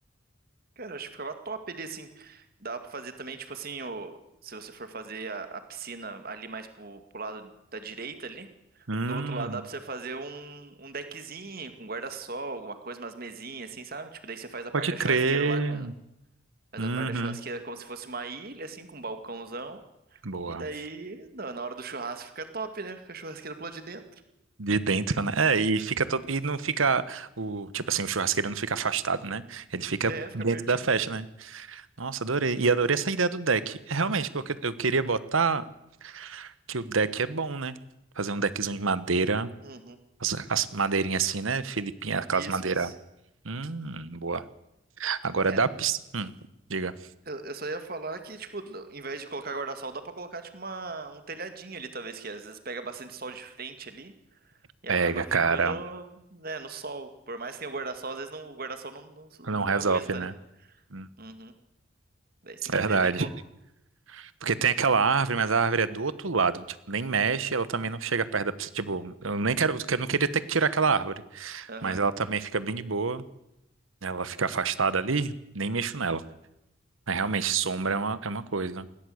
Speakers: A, on the right (about 45°); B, on the right (about 75°).
A: Cara, eu acho que ficava top ali, assim. Dava pra fazer também, tipo assim, o... se você for fazer a, a piscina ali mais pro, pro lado da direita ali.
B: Hum,
A: Do outro lado dá pra você fazer um, um deckzinho com guarda-sol, alguma coisa, umas mesinhas assim, sabe? Tipo, daí você faz a parte
B: pode
A: da
B: crer.
A: churrasqueira lá com. Faz
B: Uhum,
A: a parte da churrasqueira como se fosse uma ilha, assim, com um balcãozão.
B: boa.
A: E daí, na na hora do churrasco fica top, né? Com a churrasqueira pro lado de dentro.
B: De dentro, né? É, e fica todo, e não fica o, tipo assim, o churrasqueiro não fica afastado, né? Ele fica
A: É, fica
B: dentro
A: pertinho.
B: da festa, né? Nossa, adorei. E adorei essa ideia do deck. É, Realmente, porque eu queria botar que o deck é bom, né? Fazer um deckzão de madeira,
A: Uhum.
B: as, as madeirinhas assim, né? Filipinha, aquelas
A: Isso,
B: madeiras.
A: isso.
B: Hum, boa. Agora
A: É,
B: da piscina. diga.
A: eu, eu só ia falar que, tipo, no- em vez de colocar guarda-sol, dá pra colocar, tipo, uma, um telhadinho ali, talvez, que às vezes pega bastante sol de frente ali. E
B: Pega,
A: acaba ficando,
B: cara.
A: né, no sol. Por mais que tenha o guarda-sol, às vezes não, o guarda-sol não, não, su-
B: Não
A: não
B: resolve,
A: aguenta,
B: né?
A: né?
B: Hum,
A: Uhum. Daí você tem
B: verdade.
A: que ver, né? Qual...
B: Porque tem aquela árvore, mas a árvore é do outro lado, tipo, nem mexe, ela também não chega perto da, pessoa, tipo, eu nem quero, eu não queria ter que tirar aquela árvore,
A: Aham,
B: mas ela também fica bem de boa, ela fica afastada ali, nem mexo nela. Mas realmente, sombra é uma, é uma coisa.